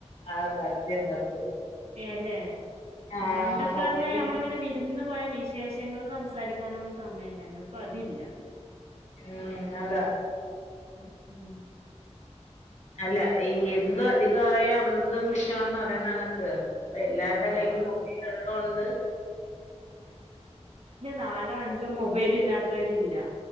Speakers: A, on the left; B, on the right.
A: ആ, സത്യം സത്യം
B: അല്ലേ
A: ആ
B: പണ്ടെക്കെർഞ്ഞാ
A: മൊബൈൽ
B: നമ്മളിങ്ങനെ വിര്ന്ന് പോയ വിശേഷങ്ങൾ സംസാരിക്കാനുള്ള സമയേണ്ടായിരുന്ന ഇപ്പതില്ല.
A: ഉം അത
B: ഉം
A: അല്ല എന്തും അധികായ അമൃതം വിഷാണെന്ന് പറയുന്നനക്ക് ഇപ്പ എല്ലാരുടെ
B: ആഹ്
A: കയ്യിലും മുബൈലുള്ളേണ്ട്.
B: നാലേ അഞ്ച് മൊബൈലീല്ലാത്തവരില്ല.